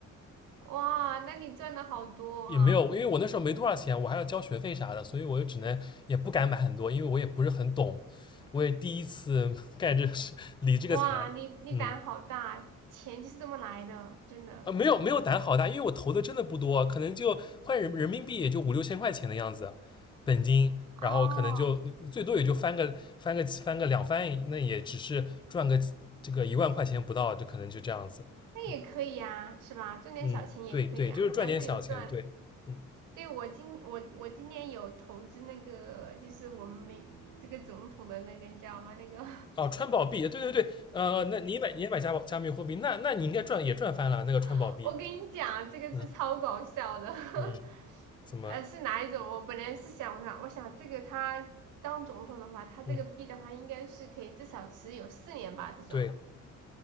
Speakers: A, on the right; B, on the left.
A: 哇，那你赚了好多啊！
B: 也没有，因为我那时候没多少钱，我还要交学费啥的，所以我就只能也不敢买很多，因为我也不是很懂，我也第一次 <laughs> 干这个事，理这个财，
A: 哇，你你胆好大，
B: 嗯。
A: 钱就是这么来的，真的。
B: 啊，没有没有胆好大，因为我投的真的不多，可能就换人人民币也就五六千块钱的样子，本金，然后可能就最多也就翻个翻个翻个两翻，
A: 哦，
B: 那也只是赚个这个一万块钱不到，就可能就这样子。
A: 那也可以呀，
B: 嗯，
A: 是吧？赚点小钱也可以啊，
B: 嗯对对，就是赚点小钱，
A: 只要是有赚。
B: 对，嗯，
A: 对我今我我今年有投资那个，就是我们美这个总统的那个，你知道吗？那个
B: 哦，川宝币，对对对，呃，那你也买你也买加加密货币，那那你应该赚也赚翻了那个川宝币，
A: <laughs>，我跟你讲，这个是超搞笑的。
B: 嗯嗯，
A: <laughs>
B: 怎么，
A: 呃，是哪一种？我本来是想想，我想这个他当总统的话，他这个币的话，
B: 嗯，
A: 应该是可以至少持有四年吧，这种。
B: 对。